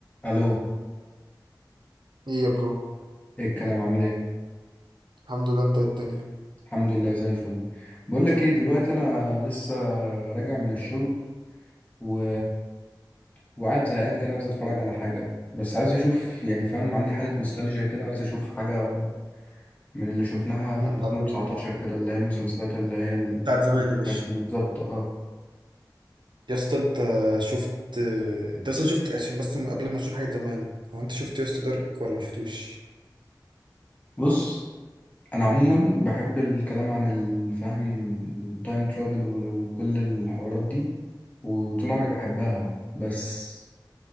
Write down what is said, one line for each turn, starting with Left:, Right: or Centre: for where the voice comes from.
Left: الو
Right: ايه يا برو
Left: ايه الكلام عامل ايه
Right: الحمد لله انت إيه الدنيا
Left: الحمد لله زي الفل بقول لك ايه دلوقتي انا لسه راجع من الشغل و... وقاعد زهقان كده عايز اتفرج على حاجه بس عايز اشوف يعني فاهم عندي حاله نوستالجيا كده عايز اشوف حاجه من اللي شفناها في
Right: مم.
Left: 2019
Right: بعد زمان
Left: كده اللي هي المسلسلات اللي هي ال-
Right: بتاعت زمان يا باشا
Left: كانت بالظبط اه
Right: يا اسطى انت شفت انت اصلا شفت عشان بس من قبل ما تشوف حاجة زمان هو انت شفت يا اسطى دارك ولا ما شفتوش
Left: بص انا عموما بحب الكلام عن الفهم تايم ترافل وكل الحوارات دي وطول
Right: مم.
Left: عمري بحبها بس